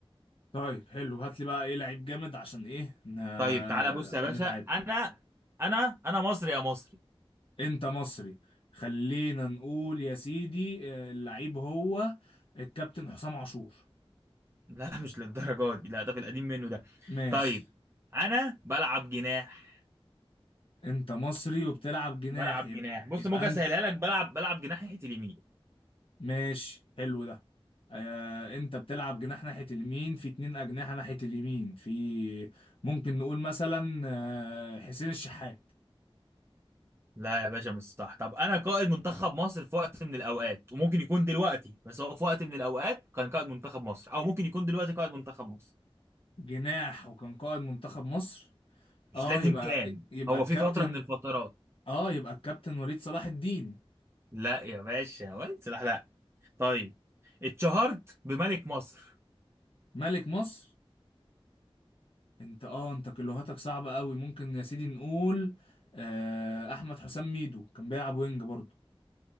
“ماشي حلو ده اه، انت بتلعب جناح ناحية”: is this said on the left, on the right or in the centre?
Left